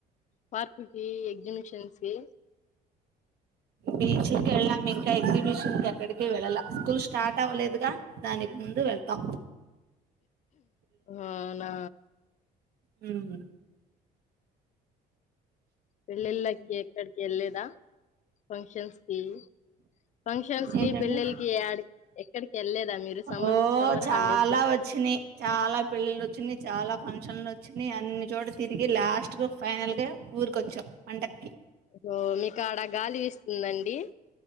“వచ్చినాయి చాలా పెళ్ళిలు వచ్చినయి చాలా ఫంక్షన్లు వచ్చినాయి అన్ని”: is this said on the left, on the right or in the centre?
Right